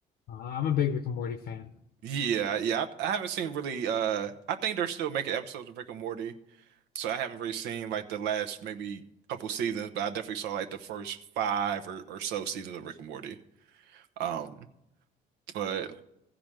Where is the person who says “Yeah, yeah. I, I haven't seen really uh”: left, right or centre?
Right